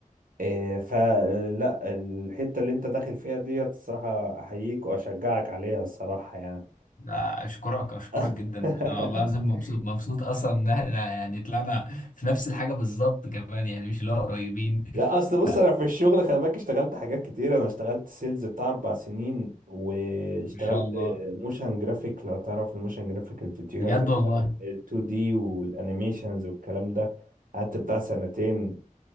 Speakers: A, on the right; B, on the left.
A: إيه فلا الحتة اللي انت داخل فيها ديت الصراحة احييك واشجعك عليها الصراحة يعني
B: ده اشكرك اشكرك
A: <laughs>
B: جدا انا والله العظيم مبسوط مبسوط اصلا ان احنا يعني طلعنا في نفس الحاجة بالظبط كمان يعني مش اللي هو قريبين
A: لا اصل بص
B: ف-
A: انا في الشغل خلي بالك اشتغلت حاجات كتير انا اشتغلت سيلز بتاع اربع سنين واشتغلت
B: ما شاء الله
A: موشن جرافيك لو تعرف الموشن جرافيك الفيديوهات
B: بجد
A: بتاع
B: والله
A: ال 2 دي والانيميشنز والكلام ده قعدت بتاع سنتين